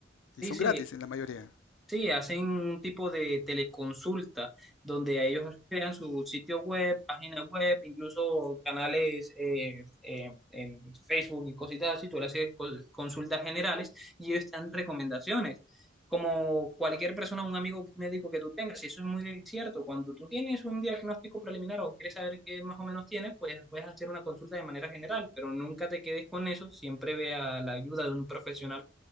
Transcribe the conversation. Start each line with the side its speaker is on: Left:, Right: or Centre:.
Centre: sí,
Left: Y son
Centre: sí.
Left: gratis en la mayoría.
Centre: Sí, hacen un tipo de teleconsulta donde ellos crean su sitio web, página web, incluso canales eh, eh, en Facebook y cositas así. Tú le haces col- consultas generales y ellos te dan recomendaciones. Como cualquier persona, un amigo médico que tú tengas, y eso es muy cierto. Cuando tú tienes un diagnóstico preliminar o quieres saber qué más o menos tienes, pues puedes hacer una consulta de manera general, pero nunca te quedes con eso. Siempre vea la ayuda de un profesional